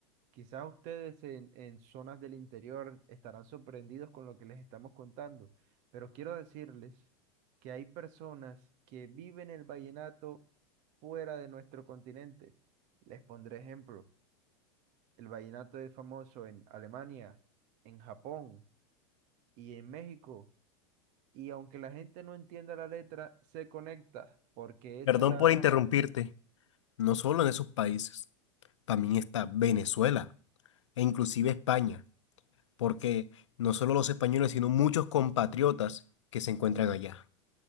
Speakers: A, on the right; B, on the left.
A: Quizás ustedes en, en zonas del interior estarán sorprendidos con lo que les estamos contando, pero quiero decirles que hay personas que viven el vallenato fuera de nuestro continente. Les pondré ejemplos. El vallenato es famoso en Alemania, en Japón y en México. Y aunque la gente no entienda la letra, se conecta, porque esa
B: Perdón
A: es la
B: por
A: verdad.
B: interrumpirte. No solo en esos países, también está Venezuela e inclusive España, porque no solo los españoles, sino muchos compatriotas que se encuentran allá.